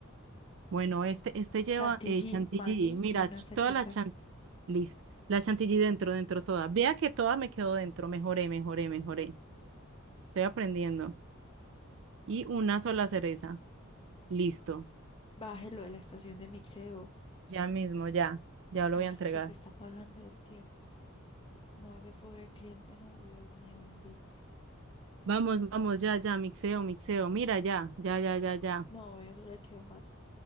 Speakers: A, on the right; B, on the left.
A: Bueno, este, este lleva
B: Chantilly,
A: eh, chantilly.
B: maní
A: Mira,
B: y una
A: ch-
B: cereza.
A: toda la chantilly. Listo. La chantilly dentro, dentro toda. Vea que toda me quedó dentro. Mejoré, mejoré, mejoré. Estoy aprendiendo. Y una sola cereza. Listo.
B: Bájelo de la estación de mixeo.
A: Ya mismo, ya. Ya lo
B: Ah,
A: voy a entregar.
B: se te está pasando el tiempo. No, ese pobre cliente, no, Dios mío bendito.
A: Vamos, vamos, ya, ya. Mixeo, mixeo. Mira, ya, ya, ya, ya, ya.
B: No, eso le quedó más,